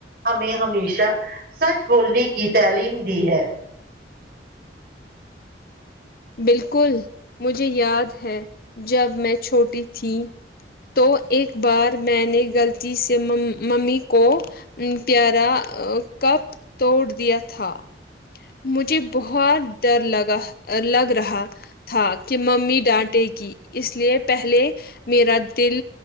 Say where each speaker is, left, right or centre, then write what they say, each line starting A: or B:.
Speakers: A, on the right; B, on the left.
A: ہمیں ہمیشہ سچ بولنے کی تعلیم دی ہے
B: بالکل مجھے یاد ہے جب میں چھوٹی تھی تو ایک بار میں نے غلط تی م سے ممی کو پیارا کپ توڑ دیا تھا مجھے بہت ڈر لگا آ لگ رہا تھا کہ ممی ڈانٹے کی اس لیے پہلے میرا دل